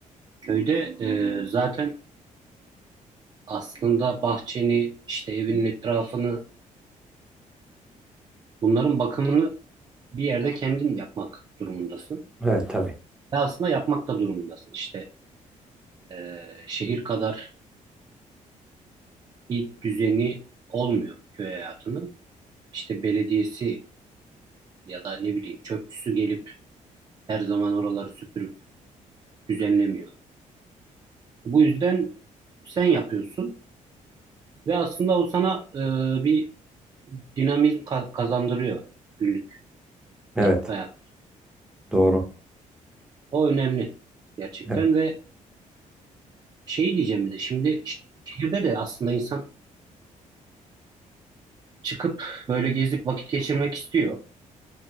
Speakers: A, on the right (about 30°); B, in the centre.
A: Köyde e, zaten aslında bahçeni işte evinin etrafını bunların bakımını bir yerde kendin yapmak durumundasın.
B: Evet tabii.
A: Ve aslında yapmak da durumundasın. İşte eee, şehir kadar bir düzeni olmuyor köy hayatının. İşte belediyesi ya da ne bileyim çöpçüsü gelip her zaman oraları süpürüp düzenlemiyor. Bu yüzden sen yapıyorsun ve aslında o sana eee, bir dinamizm ka- kazandırıyor günlük
B: Evet.
A: hayat.
B: Doğru.
A: O önemli gerçekten
B: Evet.
A: ve şeyi diyeceğim bir de şimdi şehirde de aslında insan çıkıp böyle gezip vakit geçirmek istiyor.